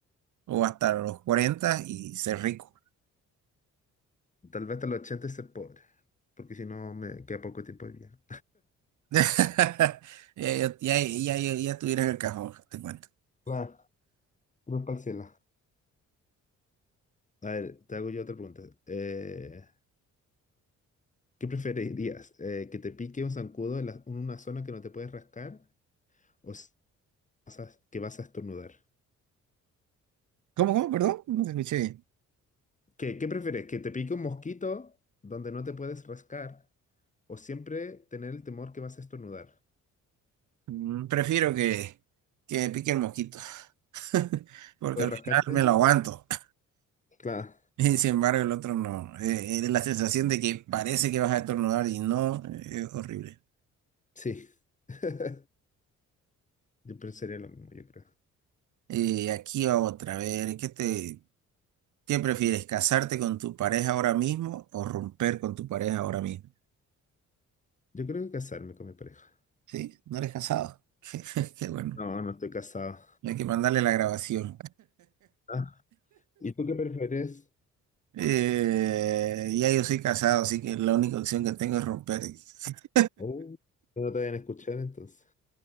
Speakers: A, on the right; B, on the left.
A: o hasta los 40 y ser rico.
B: Tal vez hasta los 80 ser pobre, porque si no me queda poco tiempo de vida.
A: <laughs> Ya, ya, ya, ya, ya ya tuvieras el cajón, te cuento.
B: Claro, cruz para el cielo. A ver, te hago yo otra pregunta. Eh, ¿qué preferirías? Eh, ¿que te pique un zancudo en, la- en una zona que no te puedes rascar o s- vas a- que vas a estornudar?
A: ¿Cómo, cómo? Perdón, no te escuché bien.
B: ¿Qué, qué prefieres? ¿Que te pique un mosquito donde no te puedes rascar o siempre tener el temor que vas a estornudar?
A: Mm, Prefiero que, que me pique el mosquito, <laughs> porque
B: ¿No ¿Puedes
A: al
B: rascarte?
A: final me lo aguanto. <laughs>
B: Claro,
A: Y sin embargo, el otro no. Eh, eh, la sensación de que parece que vas a estornudar y no, eh, es horrible.
B: sí. <laughs> Yo pensaría lo mismo, yo creo.
A: Eh, aquí va otra. A ver, ¿qué te, qué prefieres? ¿Casarte con tu pareja ahora mismo o romper con tu pareja ahora mismo?
B: Yo creo que casarme con mi pareja.
A: Sí, no eres casado. <laughs> Qué, bueno.
B: No, no estoy casado.
A: Hay que mandarle la grabación.
B: Ah, ¿y tú qué prefieres?
A: Eh, ya yo soy casado, así que la única opción que tengo es romper. <laughs>
B: Oh, no te vayan a escuchar entonces.